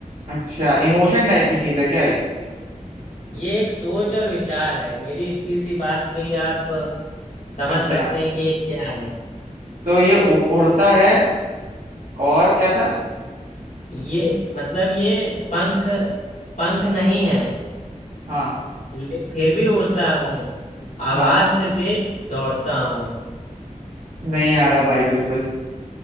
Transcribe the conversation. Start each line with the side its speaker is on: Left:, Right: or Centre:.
Right: अच्छा इमोशन टाइप की चीज है क्या ये
Left: ये एक सोच और विचार है मेरी इतनी सी बात पे ही आप समझ
Right: अच्छा
Left: सकते हैं कि ये क्या है
Right: तो ये उ, उड़ता है और क्या था
Left: ये मतलब ये पंख पंख नहीं है
Right: हाँ
Left: ले- फिर भी उड़ता हूँ आवाज
Right: हाँ
Left: से तेज दौड़ता हूँ
Right: नहीं आ रहा भाई बिल्कुल